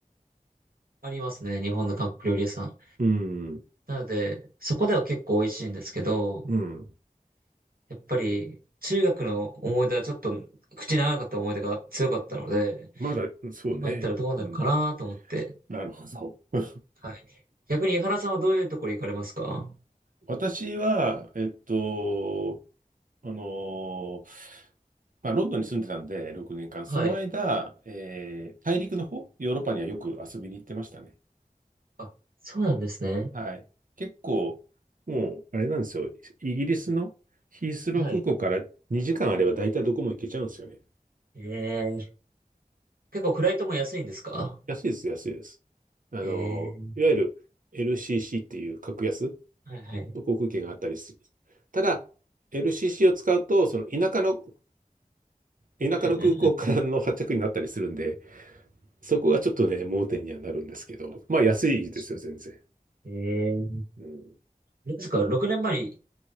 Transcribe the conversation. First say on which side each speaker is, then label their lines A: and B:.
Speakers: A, on the right; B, on the right.
A: ありますね、日本の韓国料理屋さん。
B: うん。
A: なので、そこでは結構美味しいんですけど、
B: うん。
A: やっぱり中学の思い出はちょっと口に合わなかった思い出が強かったので、
B: まだ、そうね。
A: 今行ったらどうなるかなと思って。
B: うん。なるほど。
A: はい。逆に井原さんはどういうところ行かれますか
B: 私は、えっと、あのーまあ、ロンドンに住んでたんで、6年間。その間、
A: はい。
B: えー大陸の方、ヨーロッパにはよく遊びに行ってましたね。
A: あ、そうなんですね。
B: はい。結構、もう、あれなんですよ。イギリスのヒースロー空港から2時間あれば大体どこも行けちゃうんですよね。
A: はい。ええ結構フライトも安いんですか
B: 安いです、安いです。あの、
A: ええ
B: いわゆる LCC っていう格安
A: はいはい。う
B: の航空券があったりする。ただ、LCC を使うと、その田舎の、田舎の空港からの発着になったりするんで、
A: んうんうん。
B: そこがちょっとね、盲点にはなるんですけど、まあ安いですよ、
A: 確か
B: 全然。
A: にええ
B: うん、
A: どうですか ?6 年前に、